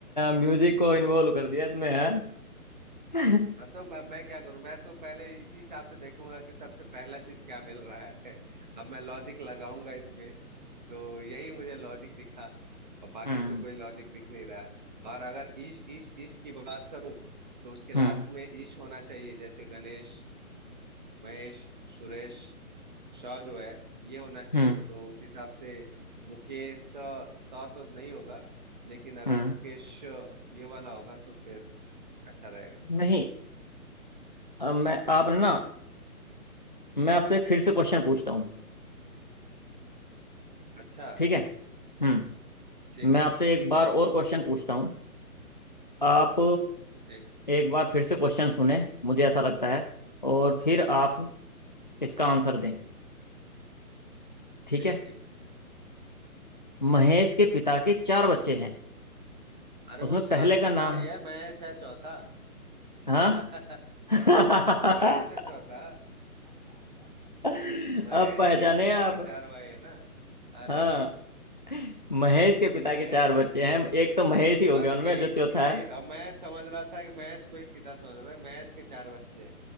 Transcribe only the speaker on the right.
हाँ तो मैं मैं क्या करूं मैं तो पहले इसी हिसाब से देखूंगा कि सबसे पहला चीज क्या मिल रहा है <laughs> अब मैं लॉजिक लगाऊंगा इसमें तो यही मुझे लॉजिक दिखा और बाकी
तो कोई लॉजिक दिख नहीं रहा है और अगर ईश ईश ईश की बात करूं तो उसके लास्ट
में ईश होना चाहिए जैसे गणेश महेश सुरेश शौ जो है ये होना चाहिए
तो उस हिसाब से मुकेश स स तो नहीं होगा लेकिन अगर
मुकेश श ये वाला होगा तो फिर अच्छा रहेगा
अच्छा
ठीक
है
ठीक
ठीक
ठीक
अरे
वो
चारों
तो
भाई
है महेश है चौथा <laughs>
महेश है चौथा
महेश
के पिता
के चार भाई है ना अरे
ठीक
है
ठीक
है
बस
यही
यही
अब मैं समझ रहा था कि महेश को ही पिता समझ रहा था कि महेश के चार बच्चे हैं